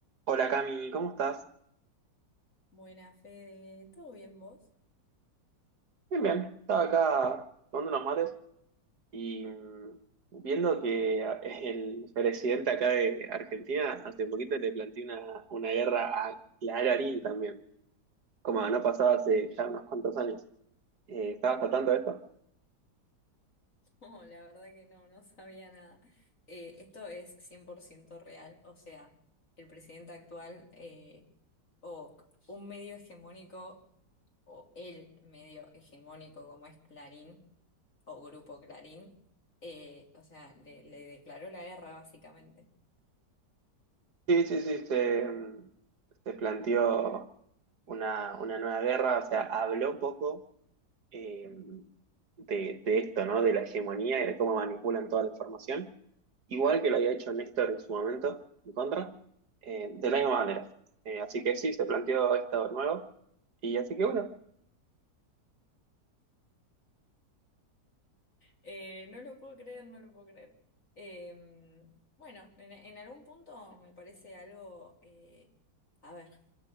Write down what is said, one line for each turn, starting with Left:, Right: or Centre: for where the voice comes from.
Right: Hola Cami, ¿cómo estás?
Left: Buena, Fede. ¿Todo bien vos? <laughs>
Right: Bien, bien. Estaba acá tomando unos mates y mm, viendo que a- <laughs> el presidente acá de Argentina hace poquito le planteó una, una guerra a Clarín también, como no pasaba hace ya unos cuantos años. Eh, ¿estabas al tanto de esto?
Left: No, la verdad que no, no sabía nada. Eh, esto es 100% real, o sea, el presidente actual eh, o un medio hegemónico o el medio hegemónico como es Clarín o Grupo Clarín, eh, o sea, le, le declaró la guerra básicamente.
Right: Sí, sí, sí, se, mm, se planteó una, una nueva guerra, o sea, habló un poco eh, de, de esto, ¿no? De la hegemonía y de cómo manipulan toda la información. igual que lo había hecho Néstor en su momento, en contra, eh, de la misma manera. Eh, así que sí, se planteó esto de nuevo. Y así que bueno,
Left: Eh, no lo puedo creer, no lo puedo creer. Eh, bueno, en, en algún punto me parece algo... eh, a ver.